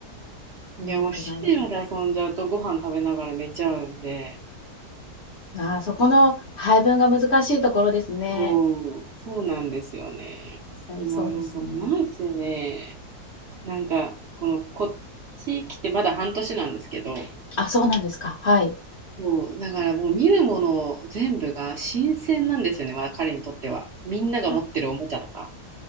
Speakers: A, on the right; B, on the left.
A: いや、
B: 眠くない
A: もう、7時まで遊んじゃうと、ご飯食べながら寝ちゃうんで、
B: な。あー、そこの配分が難しいところですね。
A: そう、そうなんですよね。
B: 実際そうですね。
A: もう、なんか、なんせね、なんか、この、こっち来てまだ半年なんですけど、
B: あ、そうなんですか。はい。
A: そう、だからもう見るもの全部が新鮮なんですよね、まあ、彼にとっては。みんなが持ってるおもちゃとか、
B: あ、